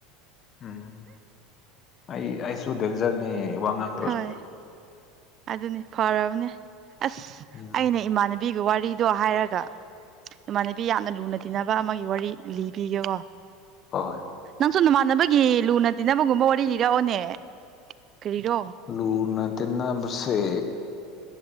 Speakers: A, on the left; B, on the right.
A: ꯎꯝ ꯑꯩ ꯑꯩꯁꯨ ꯗꯦꯟꯖꯔꯅꯤ ꯋꯥ ꯉꯥꯡ
B: ꯍꯣꯏ ꯑꯗꯨꯅꯤ ꯐꯔꯕꯅꯦ ꯑꯁ
A: ꯎꯝ
B: ꯑꯩꯅ ꯏꯃꯥꯟꯅꯕꯤ ꯕꯤꯒꯤ ꯋꯥꯔꯤꯗꯣ ꯍꯥꯏꯔꯒ ꯏꯃꯥꯟꯅꯕꯤ ꯌꯥꯝꯅ ꯂꯨꯅ ꯇꯤꯟꯅꯕ ꯑꯃꯒꯤ ꯋꯥꯔꯤ ꯂꯤꯕꯤꯒꯦꯀꯣ
A: ꯍꯣꯏ ꯍꯣꯏ
B: ꯀꯥꯡꯁꯨ ꯅꯃꯥꯟꯅꯕꯒꯤ ꯂꯨꯅ ꯇꯤꯟꯅꯕꯒꯨꯝꯕ ꯋꯥꯔꯤ ꯂꯤꯔꯛꯑꯣꯅꯦ ꯀꯔꯤꯔꯣ
A: ꯂꯨꯅ ꯇꯤꯟꯅꯕꯁꯦ